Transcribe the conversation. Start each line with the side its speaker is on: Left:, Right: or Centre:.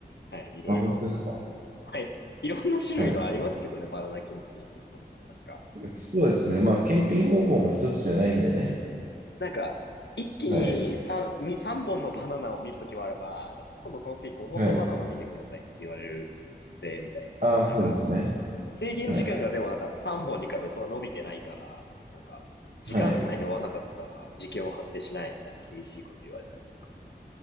Left: はい、いろいろ。
Right: あ、本当ですか。
Left: はい、いろんな種類のありますけどね、
Right: はい。
Left: バナナ検品一つとっても。なんか、
Right: そうですね。まあ、検品方法も一つじゃないんでね。
Left: なんか、一気に三み三本のバナナを見るときもあれば、
Right: はい。
Left: なんか今度その次5本のバナナ見てくださいって言われるで、
Right: はい。
Left: みたいな。
Right: あ、そうですね。
Left: なんか、制限時間がでもなんか3本に比べてそんな伸びてないから、
Right: はい。
Left: なんか、時間内に終わらなかったら事件は発生しないみたいな厳しいこと言われたり。
Right: はい。